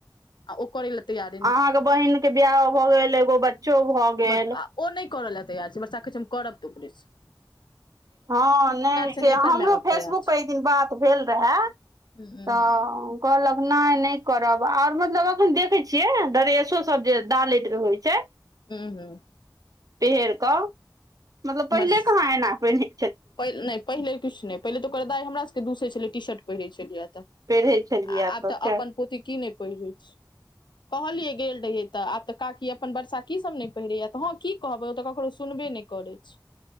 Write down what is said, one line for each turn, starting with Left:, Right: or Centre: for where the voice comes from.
Left: आ ओकर ल तऽ यार
Right: अहाँके बहिनक के बियाह भए गेल एगो बच्चो भए
Left: छै
Right: गेल
Left: आ ओ नहि करऽ लए तैयार छै वर्षा कहै छैहम करब त ओकरे स
Right: हँ नहि
Left: छै
Right: जे हमरो
Left: एकर माय बाप
Right: फेसबुक
Left: तैयार
Right: पर
Left: छै
Right: एक दिन बात भेल रहए
Left: हूँ हूँ
Right: तऽ कहलक नहि नहि करब आर मतलब अखन देखे छियै ड्रेसो सब जे डालैत रहै छै
Left: हू हू
Right: पैरे कऽ मतलब पहिले
Left: बस
Right: कहाँ एना पने?
Left: नहि, पहिले किछु नहि। पहिले तऽ ओकर दाइ हमरा सभके दूसै छलै, टी शर्ट पहिरैत छलियै तऽ।
Right: पहिरै छलियै
Left: आब तऽ
Right: खैर
Left: अपन पोथी की नहि पढ़ैत छै? कहलियै, गेल रहियै तऽ आब तऽ काकी अपन वर्षा की सब नहि पहिरैया तऽ? हँ की। कहब, ओ तऽ ककरो सुनबे नहि करै छै।